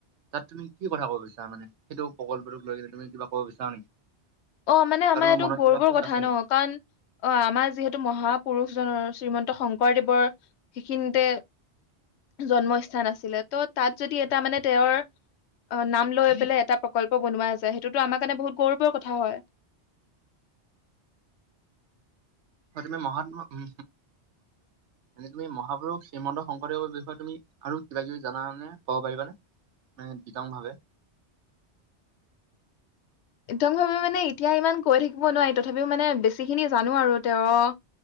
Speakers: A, on the right; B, on the left.
A: তাত তুমি কি কথা কব বিছাৰা মানে। সেইটো প্ৰকল্পটোক লৈ কিনে তুমি কিবা ক'ব বিচাৰা নেকি?
B: অ' মানে
A: বা
B: আমাৰ
A: তোমাৰ
B: এইটো
A: মনত
B: গৰ্বৰ
A: কিবা সোচ
B: কথা
A: আছে নেকি
B: ন কাৰণ অ' আমাৰ যিহেতু মহাপুৰুষ। নৰ শ্ৰীমন্ত শংকৰদেৱৰ সেইখিনিতে জন্মস্থান আছিলে ত তাত যদি এটা মানে তেওঁৰ নাম লৈ পেলাই এটা প্ৰকল্প বনোৱা যায় সেইটোতো আমাৰ কাৰণে বহুত গৌৰৱৰ কথা। কথা হয়।
A: হয় তুমি মহ উ চ তুমি মহাপুৰুষ শ্ৰীমন্ত শংকৰদেৱৰ বিষয়ে তুমি আৰু কিবা কিবি জানানে ক'ব পাৰিবানে বিতংভাৱে।
B: একদম ভাৱে মানে এতিয়া ইমান কৈ থাকিব নোৱাৰি তথাপিও মানে বেছি খিনি জানো আৰু তেওঁৰ